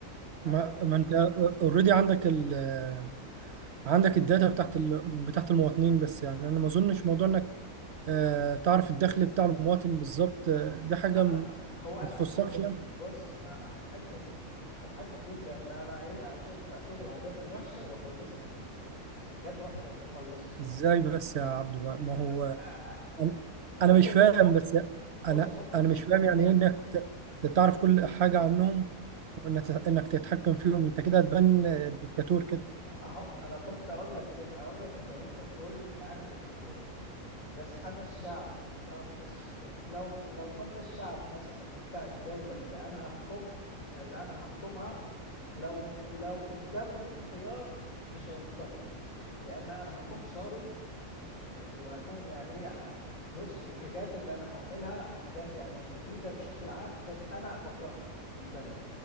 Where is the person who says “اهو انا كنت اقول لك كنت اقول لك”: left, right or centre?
Left